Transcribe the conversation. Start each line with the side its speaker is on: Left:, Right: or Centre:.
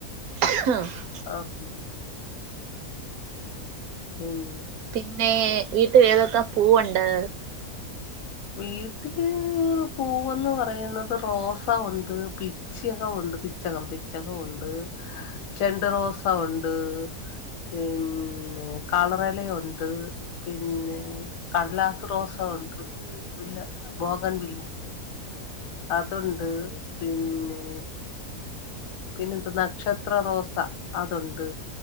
Right: <inaudible>
Left: <unintelligible> ഉം
Right: പിന്നെ വീട്ടിൽ ഏതൊക്കെ പൂവുണ്ട്?
Left: വീട്ടില് പൂവന്ന് പറയുന്നത് റോസ ഉണ്ട് പി പിച്ചി ഉണ്ട് പിച്ചകം പിച്ചകം ഉണ്ട് ചെണ്ട്റോസ ഉണ്ട് പിന്നെ കളറലയുണ്ട് പിന്നെ കടലാസ് റോസ ഉണ്ട്. ഇല്ല ബോഗൻ വില്ല അതുണ്ട് പിന്നെ പിന്നെ ന്ത്‌ നക്ഷത്ര റോസ അതുണ്ട്.